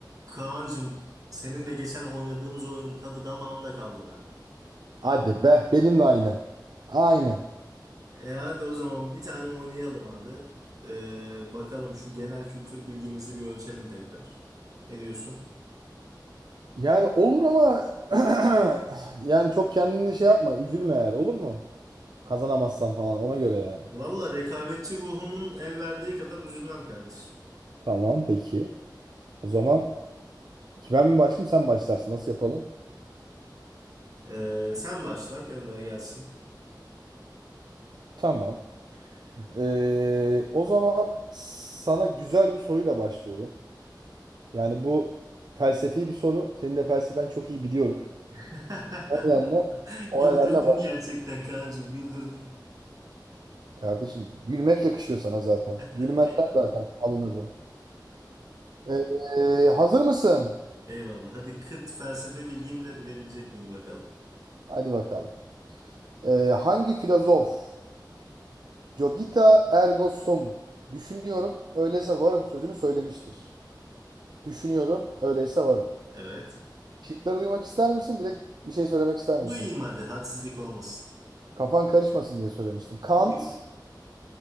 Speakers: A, on the right; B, on the right.
A: Kaan'cığım senin de geçen oynadığımız oyunun tadı damağımda kaldı be.
B: Hadi be benimle aynı. Aynı.
A: E hadi o zaman bir tane oynayalım abi. Ee, bakalım şu genel kültür bilgimizi bir ölçelim tekrar. Ne diyorsun?
B: Yani olur ama <clears throat> yani çok kendini şey yapma üzülme yani olur mu? Kazanamazsan falan ona göre yani.
A: Valla rekabetçi ruhumun el verdiği kadar üzülmem kardeşim.
B: Tamam peki. O zaman ki ben mi başlayayım sen mi başlarsın nasıl yapalım?
A: Ee, sen başla gönder gelsin.
B: Tamam. Ee, o zaman sana güzel bir soruyla başlıyorum. Yani bu felsefi bir soru. Senin de felsefen çok iyi biliyorum.
A: <laughs>
B: O nedenle, o
A: Güldürdüm
B: nedenle baş.
A: gerçekten Kaan'cığım güldürdün.
B: Kardeşim gülmek yakışıyor sana zaten.
A: <laughs>
B: Gülmezsen
A: Eyvallah.
B: zaten alınırdım. Ee, e, hazır mısın?
A: Eyvallah. Hadi kıt felsefe bilgimle bilebilecek miyim bakalım.
B: Hadi bakalım. Ee, hangi filozof Cogita ergo sum düşünüyorum öyleyse varım sözünü söylemiştir. Düşünüyorum öyleyse varım.
A: Evet.
B: Şıkları duymak ister misin? Direkt bir şey söylemek ister misin?
A: Duyayım hadi hadsizlik olmasın.
B: Kafan karışmasın diye söylemiştim. Kant,
A: Y-